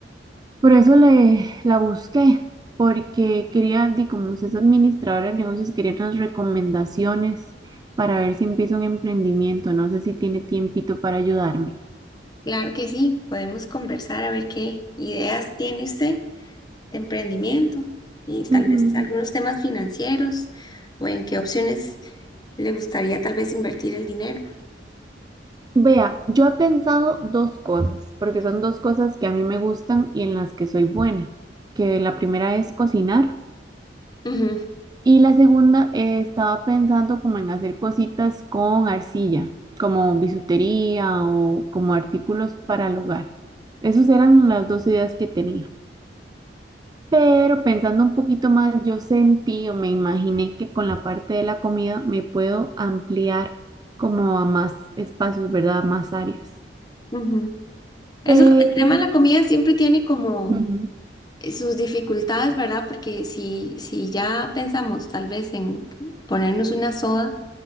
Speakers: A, on the right; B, on the left.
A: por eso le la busqué, porque quería, di, como usted es administradora de negocios, quería unas recomendaciones para ver si empiezo un emprendimiento. No sé si tiene tiempito para ayudarme.
B: claro que sí, podemos conversar a ver qué ideas tiene usted de emprendimiento y tal
A: Ujú.
B: vez algunos temas financieros o en qué opciones le gustaría tal vez invertir el dinero.
A: Vea, yo he pensado dos cosas, porque son dos cosas que a mí me gustan y en las que soy buena, que la primera es cocinar.
B: Ujú,
A: Y la segunda, eh, estaba pensando como en hacer cositas con arcilla, como bisutería o como artículos para el hogar. Esas eran las dos ideas que tenía. Pero pensando un poquito más, yo sentí o me imaginé que con la parte de la comida me puedo ampliar como a más espacios, ¿verdad? A más áreas.
B: ujú. Eso,
A: Pero,
B: el tema de la comida siempre tiene como
A: Ujú.
B: eh, sus dificultades, ¿verdad? Porque si, si ya pensamos tal vez en ponernos una soda,